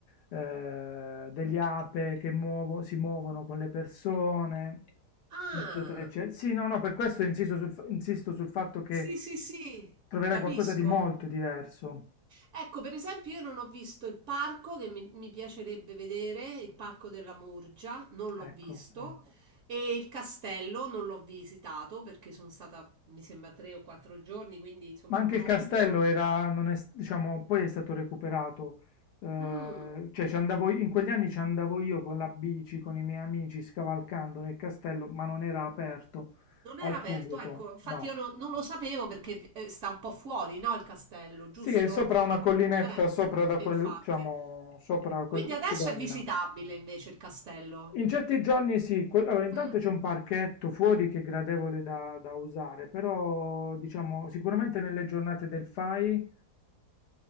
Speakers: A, on the left; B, on the right.
A: eh, degli ape che muovo- si muovono con le persone,
B: ah.
A: eccetera, eccetera. Sì, no, no, per questo insisto sul, fa- insisto sul fatto che
B: sì, sì, sì,
A: troverai
B: capisco.
A: qualcosa di molto diverso,
B: Ecco, per esempio, io non ho visto il parco che mi, mi piacerebbe vedere, il parco della Murgia, non l'ho
A: ecco.
B: visto, e il castello non l'ho visitato perché sono stata, mi sembra, tre o quattro giorni, quindi insomma
A: Ma anche
B: non
A: il
B: ho
A: castello
B: avuto...
A: era, non è s- diciamo, poi è stato recuperato. eh,
B: Mm.
A: cioè, ci andavo, in quegli anni ci andavo io con la bici, con i miei amici, scavalcando nel castello, ma non era aperto
B: Non
A: al
B: era aperto,
A: pubblico,
B: ecco, infatti
A: no.
B: io no- non lo sapevo perché eh, sta un po' fuori, no, il castello, giusto?
A: Sì, è sopra una collinetta,
B: Eh,
A: sopra da quel,
B: infatti.
A: diciamo, sopra quel
B: Quindi adesso
A: che domina.
B: è visitabile invece il castello.
A: In certi giorni sì, que- allora intanto
B: Mm.
A: c'è un parchetto fuori che è gradevole da, da usare, però diciamo sicuramente nelle giornate del fai